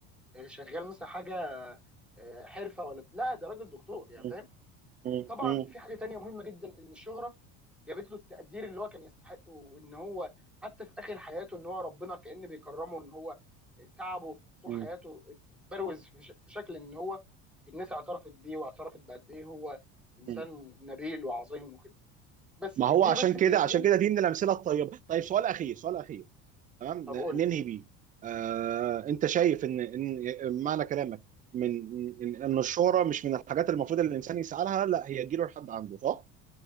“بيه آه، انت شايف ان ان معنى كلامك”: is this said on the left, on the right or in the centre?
Right